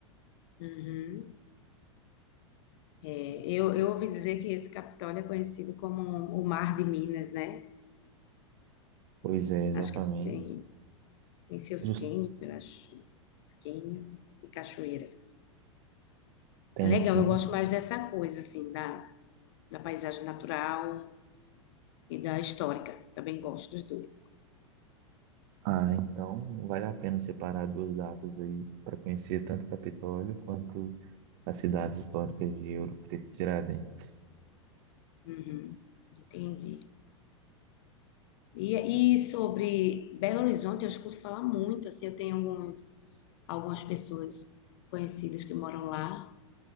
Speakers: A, on the left (about 55°); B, on the right (about 55°).
A: Uhum. É, Eu, eu ouvi dizer que esse Capitólio é conhecido como o Mar de Minas, né?
B: Pois é, exatamente.
A: Acho que tem, tem seus
B: Jus-
A: cânions, eu acho, cânions e cachoeiras.
B: Tem
A: É legal,
B: sim.
A: eu gosto mais dessa coisa, assim, da, da paisagem natural e da histórica. Também gosto dos dois.
B: Ah, então vale a pena separar duas datas aí para conhecer tanto Capitólio quanto as cidades históricas de Ouro Preto e Tiradentes.
A: Uhum, entendi. E, e sobre Belo Horizonte, eu escuto falar muito, assim, eu tenho alguns, algumas pessoas conhecidas que moram lá,